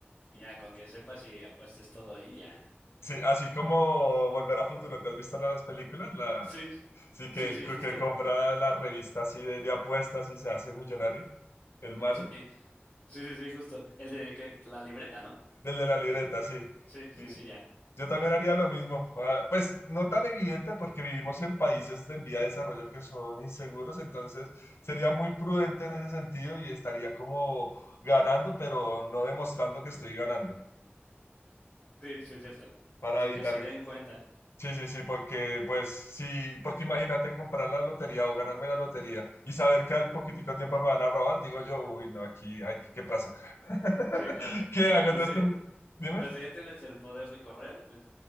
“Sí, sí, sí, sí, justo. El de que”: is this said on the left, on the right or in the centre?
Left